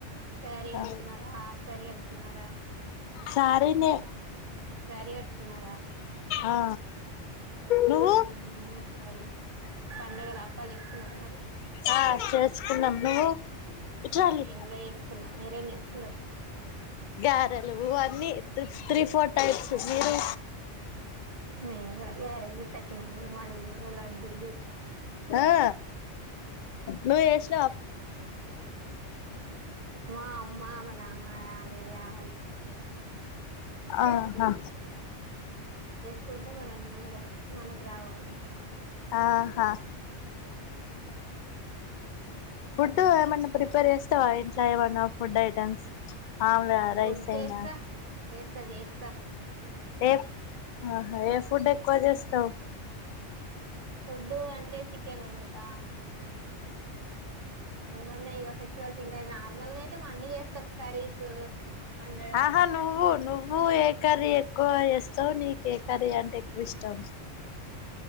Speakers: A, on the right; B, on the left.
A: శారీ కట్టుకున్నారా
B: ఆ
A: హాఫ్ శారీ కట్టుకున్నారా
B: సారీనే
A: శారి కట్టుకున్నారా
B: ఆ నువ్వు
A: ఉ ఉ ఎం చేస్తలు పండగలు అప్పాలు చేసుకున్నర మరి
B: ఆ చేసుకున్నాం నువ్వు ఇట్రాలి
A: మేము కూడ చేసుకున్నాం మీరేం చేసుకున్నారు
B: గారెలు అన్నీ త్రి త్రీ ఫోర్ టైప్స్ మీరు
A: మేము కూడా ఏరెలు, సకినాలు, మడుగులు, లడ్డూలు
B: ఆ నువ్వే చెస్
A: బ్లాంక్ మా అమ్మా మా నాన్న అన్నయ్య వాళ్ళు
B: ఆహా
A: తోటి ఉంటే మనం చూడడమే మనకు రావవి
B: ఆహా ఫుడ్డు ఏమన్న ప్రీ పేర్ చేస్తావా ఇంట్లో ఏమన్నా ఫుడ్ ఐటమ్స్ మమ్ములగా రైస్
A: ఫుడ్ చేస్తా
B: అయినా
A: చేస్తా చేస్తా
B: ఏప్ ఆహా ఏ ఫుడ్ ఎక్కువ చేస్తావ్
A: ఫుడ్డు అంటే చికెన్ వండుతా ఏమన్నా ఇగ ఫెస్టివల్స్ ఇంకా నార్మల్గా అయితే మన్ని చేస్తాప్పు కర్రీస్ వండడం
B: ఆహా నువ్వు నువ్వు ఏకర్రి చే క్కువ చేస్తవ్ నీకు ఏ కర్రీ అంటే ఎక్కువ ఇష్టం